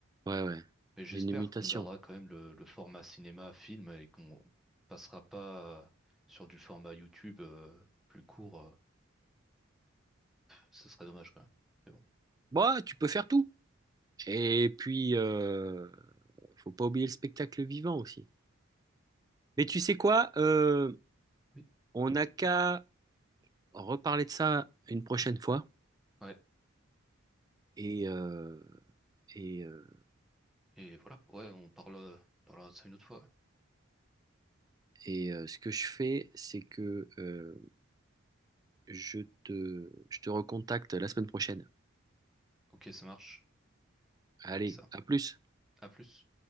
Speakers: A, on the right (about 20°); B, in the centre.
A: ouais, ouais.
B: Mais j'espère
A: Il y a une mutation.
B: qu'on gardera quand même le, le format cinéma-film et qu'on passera pas euh, sur du format YouTube euh, plus court. euh, ce serait dommage quand même. Mais bon.
A: Bah, tu peux faire tout. Et puis, euh, faut pas oublier le spectacle vivant aussi. Mais tu sais quoi? Euh,
B: Oui.
A: on n'a qu'à reparler de ça une prochaine fois.
B: Ouais,
A: Et, euh, et, euh,
B: et voilà. Ouais, on parle, euh, parlera de ça une autre fois. ouais.
A: et, euh, ce que je fais, c'est que euh, je te, je te recontacte la semaine prochaine.
B: Ok, ça marche.
A: Allez,
B: Ça.
A: à plus.
B: À plus.